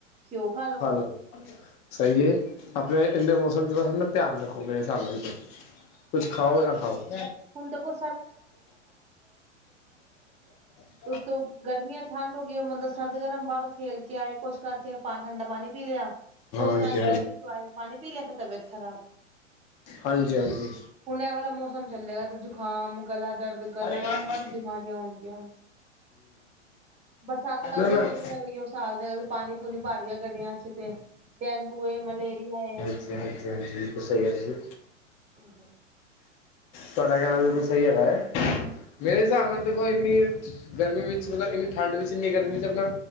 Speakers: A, on the right; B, on the left.
A: ਘਿਓ ਖਾ ਲੋੋ।
B: <unintelligible> ਸਹੀ ਹੈ ਆਪਣੇ ਇੰਨੇ ਮੌਸਮ ਚ ਤਾਂ ਫੇਰ ਮੈਂ ਧਿਆਨ ਰੱਖੂੰਗਾ ਏ ਹਿਸਾਬ ਨਾਲ ਤੇ। ਕੁਛ ਖਾਓ ਨਾ ਖਾਓ। <inaudible>
A: ਹੁਣ ਦੇਖੋ
B: <inaudible>
A: ਉਤੋ ਗਰਮੀਆਂ ਠੰਢ ਹੋ ਗਈ। ਉਹ ਬੰਦਾ ਸਰਦ-ਗਰਮ ਬਾਹਰੋਂ ਖੇਲ ਕੇ ਆਏ, ਕੁਛ ਕਰਕੇ ਆਏ ਪਾ ਠੰਡਾ ਪਾਣੀ ਪੀ ਲਿਆ। ਕੁਛ
B: ਹਾਂਜੀ
A: ਕਾਰ ਗਰਮੀ ਚੋਂ ਆਏ ਪਾਣੀ ਪੀ ਲਿਆ ਫਿਰ ਤਬੀਅਤ ਖਰਾਬ।
B: ਹਾਂਜੀ-ਹਾਂਜੀ।
A: ਹੁਣ ਐ ਵਾਲਾ ਮੌਸਮ ਚੱਲੇਗਾ ਤੇ ਜੁ ਜੁਖਾਮ, ਗਲਾ ਦਰਦ ਗਲਾ,
B: ਹਮ
A: ਇਹ
B: ਹਮ
A: ਹੁਣ ਬਿਮਾਰੀਆਂ ਆਣਗੀਆਂ। ਬਰਸਾਤ ਲੱਗ
B: ਨਾ ਨਾ
A: ਜਾਂਦੀ ਤੇ ਫੇਰ ਉਹੀ ਓ <unintelligible> ਪਾਣੀ- ਪੂਣੀ ਭਾਰ ਗਿਆ ਗੱਡਿਆਂ ਵਿੱਚ ਤੇ ਡੇਂਗੂ ਏ, ਮਲੇਰੀਆ ਏ।
B: ਹਾਂਜੀ-ਹਾਂਜੀ <unintelligible> ਜੀ
A: ਹਮ।
B: ਤੁਹਾਡਾ ਕਹਿਣਾ ਬਿਲਕੁਲ ਸਹੀ ਹੈਗਾ ਹੈ। ਮੇਰੇ ਹਿਸਾਬ ਨਾਲ ਦੇਖੋ, ਇੰਨੀ ਗਰਮੀ ਵਿੱਚ ਮਤਲਬ ਇੰਨੀ ਠੰਡ ਵਿੱਚ ਇੰਨੀ ਗਰਮੀ ਵਿੱਚ ਆਪਣਾ